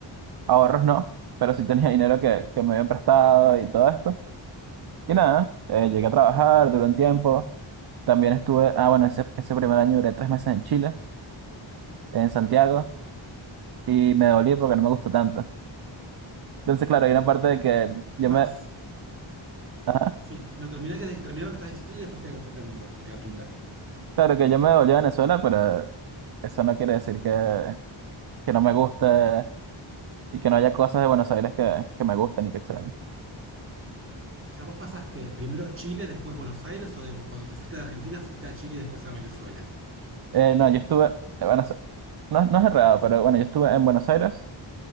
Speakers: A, on the right; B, on the right.
A: ahorros, ¿no? Pero sí tenía dinero que, que me habían prestado y todo esto. Y nada, eh, llegué a trabajar durante un tiempo. También estuve, ah, bueno, ese, ese primer año duré tres meses en Chile, en Santiago, y me devolví porque no me gustó tanto. Entonces, claro, hay una parte de que
B: Eso
A: yo
B: más.
A: me, ajá,
B: Sí, no, terminé, que, terminá lo que estás diciendo y después te, te pregunto lo que te iba a preguntar.
A: claro que yo me devolví a Venezuela, pero eso no quiere decir que, que no me gusta y que no haya cosas de Buenos Aires que, que me gustan y que extraño.
B: O sea, vos pasaste primero Chile, después Buenos Aires, o de- cuando te fuiste de Argentina fuiste a Chile y después a Venezuela.
A: Eh, no, yo estuve, eh, bueno, eso- no, no es errado, pero bueno, yo estuve en Buenos Aires